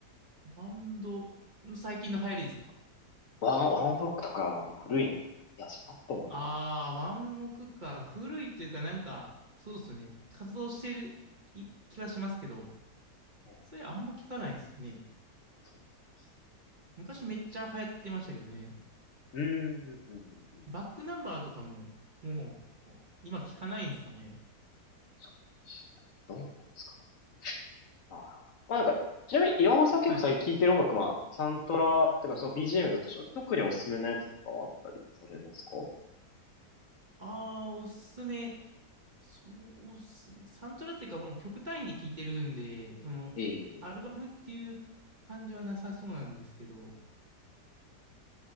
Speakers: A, on the right (about 30°); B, on the left (about 55°).
A: バンド、最近の流行りですか
B: ワン、ワンオブロックとかはもう古いのか。いや、そんなこともない。
A: ああー、ワンオクか。古いというか、なんか、そうですよね。活動してるい気はしますけど、
B: ええ、
A: それあんま聞かないですね。
B: そうです
A: 昔めっちゃ流行ってましたけどね。
B: うーん、うん、うん、うん。うん
A: バックナンバーとかも、もう、今聞かないんですかね。
B: そうですね。どうなんですかね。なるほどまあなんか、ちなみに岩尾さん結構最近聴いてる音楽、
A: はい。
B: まあ、サントラ、てかその BGM だとして特におすすめのやつとかはあったりされますか
A: ああ、おすすめ。そうっすね。サントラっていうかもう曲単位で聴いてるんで、その、
B: ええ、
A: アルバムっていう感じはなさそうなんですけど、